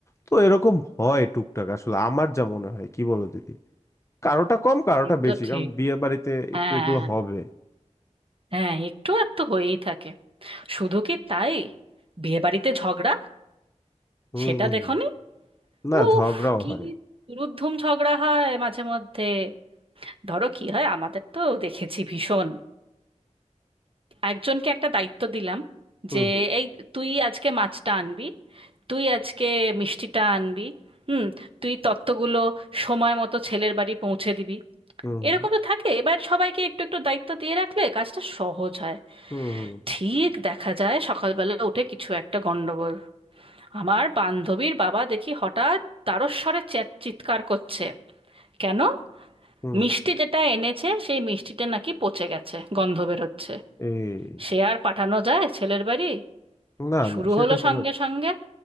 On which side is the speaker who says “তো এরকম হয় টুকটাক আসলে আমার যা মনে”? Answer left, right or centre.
Left